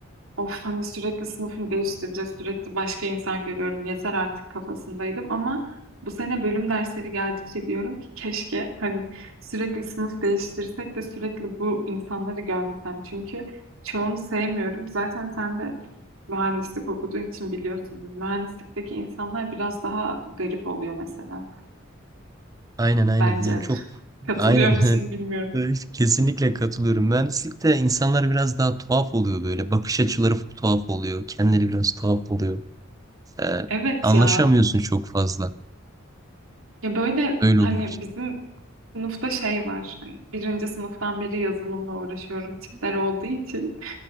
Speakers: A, on the right; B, on the right.
A: of hani sürekli sınıfını değiştireceğiz sürekli başka insan görüyorum yeter artık kafasındaydım ama bu sene bölüm dersleri geldikçe diyorum ki keşke hani sürekli sınıf değiştirsek de sürekli bu insanları görmesem çünkü çoğunu sevmiyorum zaten sen de mühendislik okuduğun için biliyorsundur mühendislikteki insanlar biraz daha garip oluyor mesela
B: Aynen aynen
A: bence.
B: yani çok
A: Katılıyor
B: aynen
A: musun
B: <laughs>
A: bilmiyorum.
B: Evet, kesinlikle katılıyorum. Mühendislikte insanlar biraz daha tuhaf oluyor böyle. Bakış açıları tuhaf oluyor. Kendileri biraz tuhaf oluyor. Ee,
A: Evet
B: anlaşamıyorsun
A: ya.
B: çok fazla.
A: Ya böyle
B: Öyle
A: hani
B: oluyor.
A: bizim sınıfta şey var. Hani birinci sınıftan beri yazılımla uğraşıyorum
B: Hı
A: tipler olduğu için.